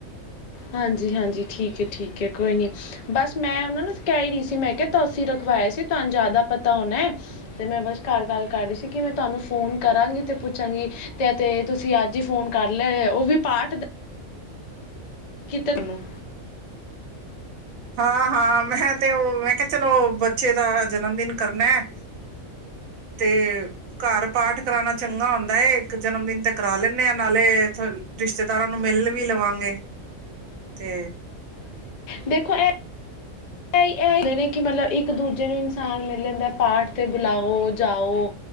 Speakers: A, on the left; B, on the right.
A: ਹਾਂਜੀ-ਹਾਂਜੀ ਠੀਕ ਆ ਠੀਕ ਕੋਈ ਨੀ ਬਸ ਮੈਂ ਉਹਨਾ ਨੂੰ ਕਹਿ ਹੀ ਰਹੀ ਸੀ ਮੈਂ ਕਿਹਾ ਤੁਸੀਂ ਰਖਵਾਇਆ ਸੀ ਤੁਹਾਨੂੰ ਜਿਆਦਾ ਪਤਾ ਹੋਣਾ ਹੈ ਤੇ ਮੈਂ ਬਸ ਘਰ ਗੱਲ ਕਰ ਰਹੀ ਸੀ ਕਿ ਮੈਂ ਤੁਹਾਨੂੰ ਫੋਨ ਕਰਾਂਗੀ ਤੇ ਪੁੱਛਾਂਗੀ ਤੇ ਅਤੇ ਤੁਸੀਂ ਅੱਜ ਹੀ ਫੋਨ ਕਰ ਲਿਆ ਉਹ ਵੀ ਪਾਠ ਦਾ ਧਨੂੰ
B: ਹਾਂ ਹਾਂ ਮੈਂ ਤੇ ਉਹ ਮੈਂ ਕਿਹਾ ਚਲੋ ਬੱਚੇ ਦਾ ਜਨਮ ਦਿਨ ਕਰਨਾ ਹੈ। ਤੇ ਘਰ ਪਾਠ ਕਰਾਉਣਾ ਚੰਗਾ ਹੁੰਦਾ ਹੈ ਜਨਮਦਨ ਤੇ ਕਰਾ ਲੈਂਦੇ ਆ ਨਾਲੇ ਰਿਸ਼ਤੇਦਾਰਾਂ ਨੂੰ ਮਿਲ ਵੀ ਲਵਾਂਗੇ ਤੇ
A: ਦੇਖੋ ਇਹ। ਇਹਦੇ ਨੇ ਕਿ ਮਤਲਬ ਇੱਕ ਦੂਜੇ ਨੂੰ ਇਨਸਾਨ ਮਿਲ ਜਾਂਦਾ ਪਾਠ ਤੇ ਬੁਲਾਓ ਜਾਓ